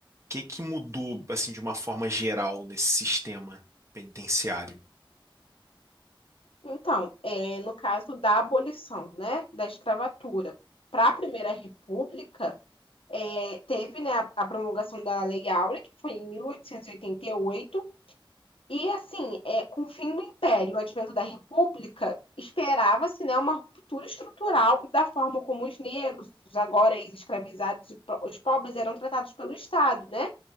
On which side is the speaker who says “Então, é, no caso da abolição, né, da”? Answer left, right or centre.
Left